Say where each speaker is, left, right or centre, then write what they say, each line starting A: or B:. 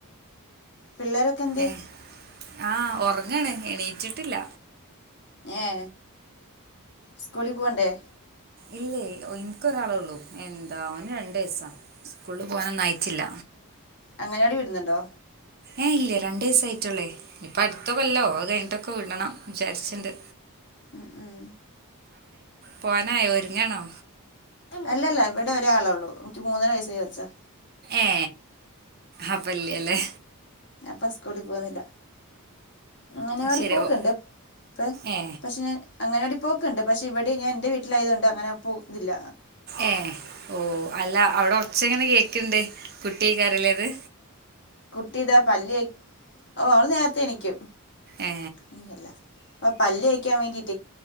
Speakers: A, on the left (about 55°); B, on the right (about 45°).
A: പിള്ളാരൊക്കെന്തിയെ?
B: ഏ ആ ഉറങ്ങാണ് എണീറ്റിട്ടില്ല
A: ഏ സ്കൂളിൽ പോവണ്ടേ?
B: ഇല്ലേ. എനിക്കൊരാളെള്ളു എന്താ ഓന് രണ്ട് വയസാ സ്കൂളിൽ പോവാനൊന്നും ആയിട്ടില്ല.
A: അംഗനവാടീ വിടുന്നുണ്ടോ?
B: ഏ ഇല്ലേ രണ്ട് വയസ്സേ ആയിട്ടുള്ളെ ഇനിപ്പോ അടുത്ത കൊല്ലോ അത് കഴിഞ്ഞിട്ടൊക്കെ വിടണം വിചാരിച്ചു. ഇണ്ട്
A: ഉം ഉം
B: പോവാനായോ ഒരുങ്ങാണോ
A: അല്ലല്ല ഇവിടെ ഒരാളെ ഉള്ളു എനിക്ക് മൂന്നര വയസായ കൊച്ചാ.
B: ഏ അപ്പല്ല്യല്ലേ
A: അപ്പൊ സ്കൂളിക്ക് പോകുന്നില്ല. അങ്ങനെടിപ്പോൊക്കെ
B: ശരി ഓ-
A: ഇണ്ട്പ്പ
B: ഏ
A: പക്ഷെ ഞാൻ. അങ്ങനെഓടി പോയിക്കണ്ട് പക്ഷ ഇവിടെ ൻറെ വീട്ടിലായയതൊണ്ട് അങ്ങനെ പോ ഇല്ല.
B: ഏ ഓ അല്ല അവിടെ ഒച്ച എങ്ങനെ കേക്ക് ണണ്ടേ കുട്ടിയെക്കാരം അല്ല അത്.
A: കുട്ടിതാ പല്ലി ഓ അവള് നേരത്തെ എനിക്കും.
B: ഏ
A: അങ്ങനല്ല അപ്പൊ പല്ല്തേക്കാൻ വേണ്ടിട്ട്.